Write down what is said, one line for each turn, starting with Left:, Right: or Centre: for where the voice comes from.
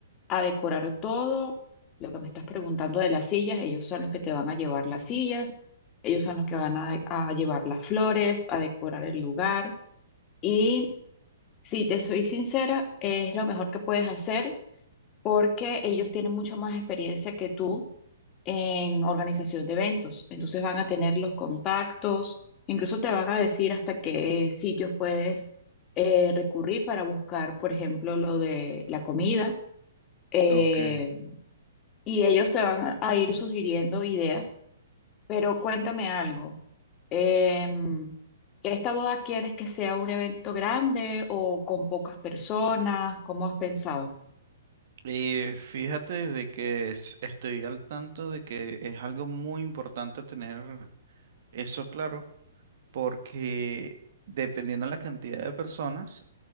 Left: a decorar todo. Lo que me estás preguntando de las sillas, ellos son los que te van a llevar las sillas, ellos son los que van a, a llevar las flores, a decorar el lugar. Y si te soy sincera, es lo mejor que puedes hacer porque ellos tienen mucha más experiencia que tú en organización de eventos. Entonces van a tener los contactos, incluso te van a decir hasta qué sitios puedes eh, recurrir para buscar, por ejemplo, lo de la comida. eh,
Right: ok.
Left: y ellos te van a ir sugiriendo ideas, pero cuéntame algo. em, ¿esta boda quieres que sea un evento grande o con pocas personas? ¿Cómo has pensado?
Right: Eh, fíjate de que es- estoy al tanto de que es algo muy importante tener eso claro, porque dependiendo de la cantidad de personas,